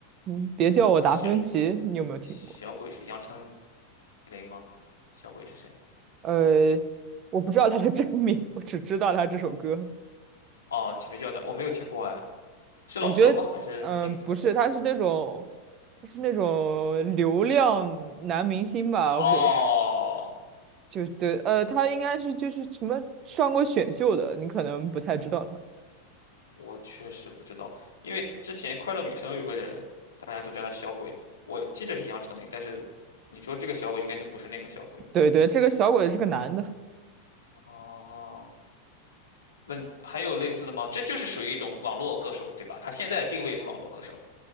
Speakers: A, on the right (about 35°); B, on the left (about 70°).
A: 嗯，别叫我达芬奇，
B: 小
A: 你有没有听过？
B: 小鬼是杨丞琳吗？小鬼是谁？
A: 呃，我不知道他的真名，<laughs> 我只知道他这首歌。
B: 哦，启明叫的我没有听过哎，是老歌吗？
A: 我觉得，
B: 还是新歌？
A: 嗯，不是，他是那种，他是那种流量男明星吧？
B: 哦，
A: 我就对，呃，他应该是就是什么上过选秀的，你可能不太知道他。
B: 我确实不知道，因为之前快乐女生有个人，大家都叫他小鬼，我记得是杨丞琳，但是你说这个小鬼应该就不是那个小鬼
A: 对对，这个小鬼是个男的。
B: 哦。那你还有类似的吗？这就是属于一种网络歌手，对吧？他现在的定位是网络歌手。